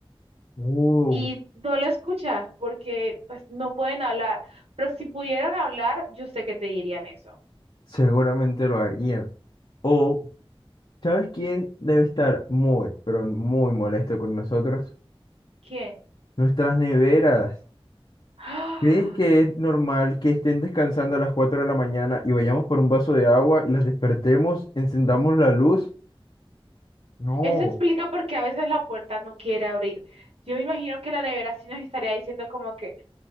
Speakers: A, on the left (about 55°); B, on the right (about 85°).
A: Uh,
B: Y no lo escuchas porque pues no pueden hablar. Pero si pudieran hablar, yo sé que te dirían eso.
A: seguramente lo harían. O, ¿sabes quién debe estar muy, pero muy molesto con nosotros?
B: ¿Quién?
A: Nuestras neveras.
B: ¡Ah!
A: ¿Crees que es normal que estén descansando a las 4 de la mañana y vayamos por un vaso de agua y las despertemos, encendamos la luz? No.
B: Eso explica por qué a veces la puerta no quiere abrir. Yo me imagino que la nevera sí nos estaría diciendo como que...